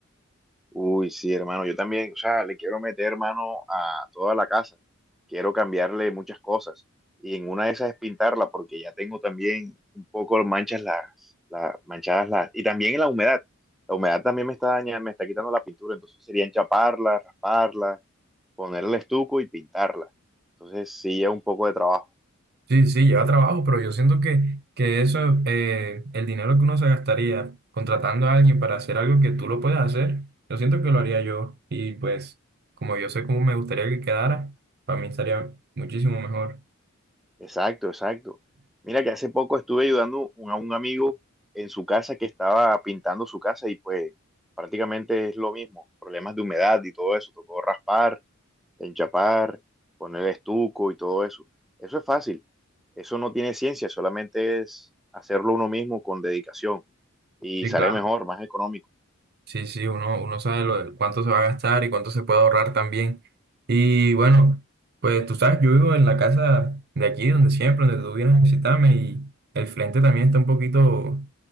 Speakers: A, in the centre; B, on the right (about 50°).
A: Uy, sí, hermano, yo también, o sea, le quiero meter mano a toda la casa. Quiero cambiarle muchas cosas. Y en una de esas es pintarla, porque ya tengo también un poco manchas las, las manchadas las, y también la humedad. La humedad también me está dañando, me está quitando la pintura, entonces sería enchaparla, rasparla, ponerle estuco y pintarla. Entonces sí, es un poco de trabajo.
B: Sí, sí, lleva trabajo, pero yo siento que, que eso, eh, el dinero que uno se gastaría contratando a alguien para hacer algo que tú lo puedes hacer, yo siento que lo haría yo. Y pues, como yo sé cómo me gustaría que quedara, para mí estaría muchísimo mejor.
A: Exacto, exacto. Mira que hace poco estuve ayudando un- a un amigo en su casa que estaba pintando su casa y pues prácticamente es lo mismo, problemas de humedad y todo eso, tocó raspar, enchapar, poner estuco y todo eso. Eso es fácil, eso no tiene ciencia, solamente es hacerlo uno mismo con dedicación y
B: Sí,
A: sale
B: claro.
A: mejor, más económico.
B: Sí, sí, uno, uno sabe lo de cuánto se va a gastar y cuánto se puede ahorrar también. Y bueno, pues tú sabes, yo vivo en la casa de aquí, donde siempre, donde tú vienes a visitarme y el frente también está un poquito, un